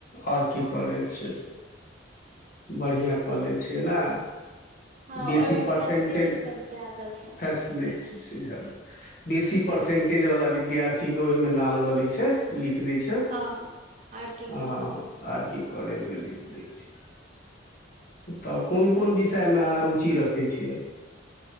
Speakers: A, on the left; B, on the right.
A: R K college छै बढ़िआँ कॉलेज छिय ने
B: हँ
A: बेसी
B: ओहिमे
A: परसेंटेज
B: फैसिलिटी सब ज्यादा छै
A: फैसिलि जदा बेसी परसेंटेज वाला विद्यार्थी के ओहि मे नाम ल ले छै लिख लिख दे छै
B: हँ आर के
A: ह
B: कॉलेज मे
A: आर के कॉलेज मे लिख दे छै तऽ कोन कोन विषय मे रुचि रखै छियै